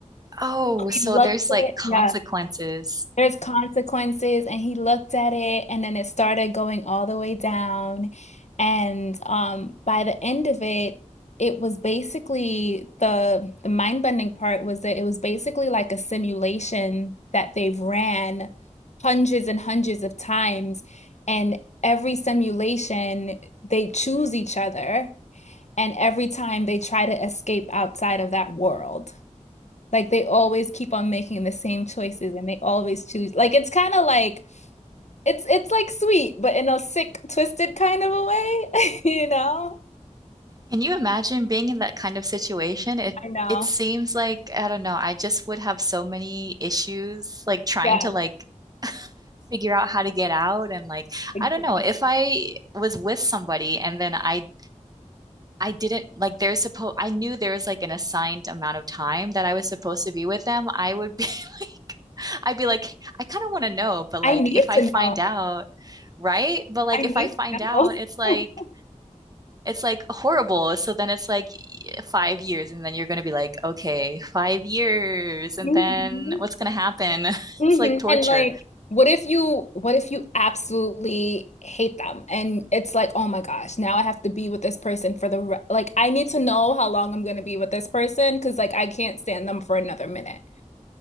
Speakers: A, on the right; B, on the left.
A: Oh, so
B: He looked
A: there's like
B: at it,
A: consequences.
B: yeah. There's consequences, and he looked at it, and then it started going all the way down. And um, by the end of it, it was basically the the mind-bending part was that it was basically like a simulation that they've ran hundreds and hundreds of times, and every simulation they choose each other, and every time they try to escape outside of that world. Like they always keep on making the same choices and they always choose. Like it's kind of like it's it's like sweet, but in a sick, twisted kind of a way, <laughs> you know?
A: Can you imagine being in that kind of situation? It
B: I know.
A: it seems like I don't know, I just would have so many issues like trying
B: Yeah,
A: to like figure out how to get out and like
B: exactly.
A: I don't know, if I was with somebody and then I I didn't like there's supposed I knew there was like an assigned amount of time that I was supposed to be with them. I would be <laughs> like I'd be like I kind of want to know, but
B: I
A: like
B: need
A: if I
B: to
A: find
B: know.
A: out, right? But like
B: I need
A: if I find
B: to
A: out, it's like
B: know. <laughs>
A: it's like horrible. So then it's like y- five years and then you're going to be like, okay, five years and
B: Mhm.
A: then what's going to happen? <laughs>
B: Mhm.
A: It's like torture.
B: And like, what if you what if you absolutely hate them and it's like, oh my gosh, now I have to be with this person for the re like I need to know how long I'm gonna be with this person because like I can't stand them for another minute.